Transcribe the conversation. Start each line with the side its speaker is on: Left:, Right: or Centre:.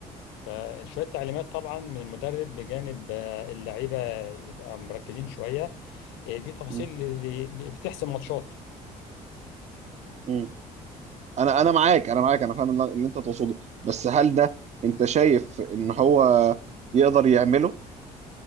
Left: فشويه تعليمات طبعا من المدرب بجانب آه، اللعيبه يبقى مركزين شويه آه، دي تفاصيل
Right: مم.
Left: اللي بتحسم ماتشات
Right: مم. انا انا معاك انا معاك انا فاهم اللي اللي انت تقصده بس هل ده انت شايف ان هو يقدر يعمله